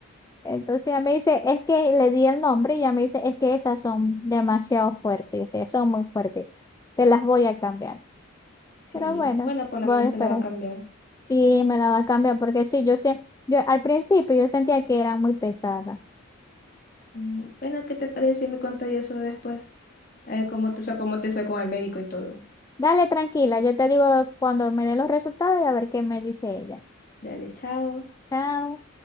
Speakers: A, on the left; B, on the left.
A: Entonces ella me dice, es que le di el nombre y ella me dice, es que esas son demasiado fuertes, dice, son muy fuertes. Te las voy a cambiar.
B: Sí,
A: Pero bueno,
B: bueno, por lo
A: voy
B: menos
A: a
B: te
A: esperar.
B: la va a cambiar.
A: Sí, me la va a cambiar porque sí, yo sé, yo al principio yo sentía que era muy pesada.
B: Mm, Bueno, ¿qué te parece si me contas eso después? A ver cómo te, o sea, cómo te fue con el médico y todo.
A: Dale, tranquila, yo te digo cuando me den los resultados y a ver qué me dice ella.
B: Dale, chao.
A: Chao.